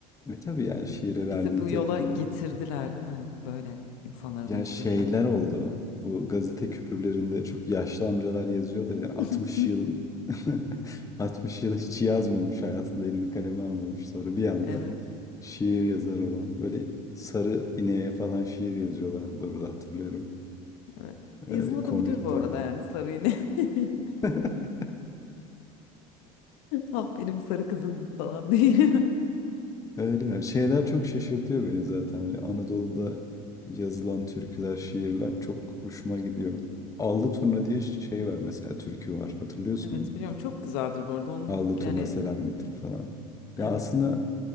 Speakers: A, on the left; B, on the left.
A: Ve tabii yani şiire verdiğin
B: Bizi bu
A: tepkide.
B: yola getirdiler değil mi? Böyle insanları
A: Ya
B: dönüştürdüler.
A: şeyler oldu. Bu gazete küpürlerinde çok yaşlı amcalar yazıyor da
B: <laughs>
A: ya 60 yıl <laughs> 60 yıl hiç yazmamış hayatında elini kaleme almamış. Sonra bir anda
B: Evet.
A: şiir yazar olan. Böyle sarı ineğe falan şiir yazıyorlardı orada hatırlıyorum.
B: Evet. Yazılabilir
A: Ee, komikti
B: bu arada
A: yani.
B: yani sarı iğne. <laughs>
A: <laughs>
B: Ah benim sarı kızım falan değil.
A: Öyle ya. Şeyler çok şaşırtıyor beni zaten. Hani Anadolu'da yazılan türküler, şiirler çok hoşuma gidiyor. Allı turna diye şey
B: <laughs>
A: var mesela türkü var. Hatırlıyorsun
B: Evet
A: mu?
B: biliyorum çok güzeldir bu arada. Onun
A: Allı turna
B: yani
A: selam getir falan. Ya
B: evet.
A: aslında